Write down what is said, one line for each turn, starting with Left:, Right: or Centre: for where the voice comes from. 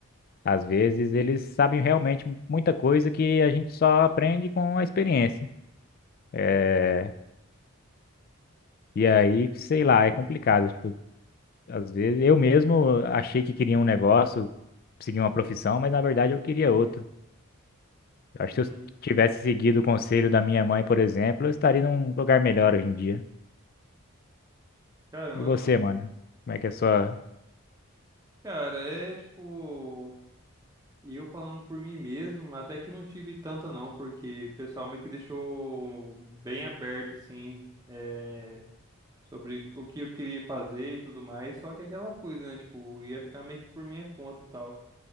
Left: às vezes eles sabem realmente muita coisa que a gente só aprende com a experiência. É, e aí, sei lá, é complicado. tipo, Às vezes eu mesmo achei que queria um negócio, seguir uma profissão, mas na verdade eu queria outro. Eu acho
Right: Hum,
Left: que se eu tivesse seguido o conselho da minha mãe, por exemplo, eu estaria num lugar melhor hoje em dia.
Right: caramba,
Left: E você,
Right: mano.
Left: mano? Como é que é a sua.
Right: Cara, é tipo. E eu falando por mim mesmo, até que não tive tanta não, porque o pessoal meio que deixou bem aberto, assim, é, sobre o que eu queria fazer e tudo mais, só que aquela coisa, né, tipo, ia ficar meio que por minha conta e tal.